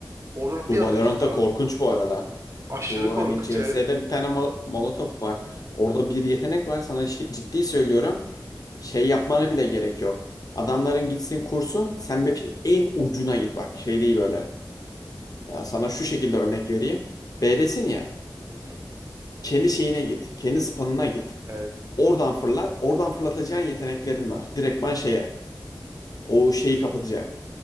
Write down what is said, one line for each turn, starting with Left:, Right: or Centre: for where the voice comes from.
Right: Oradan
Left: Bu
Right: bir
Left: Valorant'ta
Right: atıyorsun abi.
Left: korkunç bu arada.
Right: Aşırı
Left: Bu
Right: korkunç
Left: hani CS'de
Right: evet.
Left: bir tane Mal- Molotov var. Orada bir yetenek var sana şi- ciddi söylüyorum. Şey yapmana bile gerek yok. Adamların gitsin kursun sen map'in en ucuna git bak şey değil böyle. Ya sana şu şekilde örnek vereyim. B'desin ya
Right: Hı hı.
Left: kendi şeyine git kendi spawn'ına git.
Right: Evet.
Left: Oradan fırlat oradan fırlatacağın yeteneklerin var. Direktman şeye. O şeyi kapatacak.